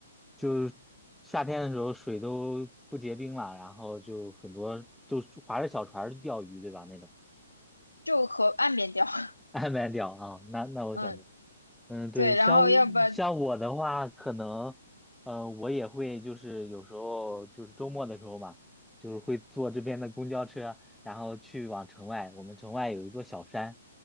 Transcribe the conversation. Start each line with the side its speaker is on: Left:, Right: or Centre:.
Centre: 就是夏天的时候水都不结冰了，然后就很多就划着小船儿去钓鱼，对吧？那种
Left: 就河岸边钓。<laughs>
Centre: <laughs> 岸边钓啊，那那我想
Left: 嗯，
Centre: 嗯，对，
Left: 对，
Centre: 像像我的话，
Left: 然后要不然，
Centre: 可能，呃，我也会就是有时候就是周末的时候嘛，就是会坐这边的公交车，然后去往城外。我们城外有一座小山，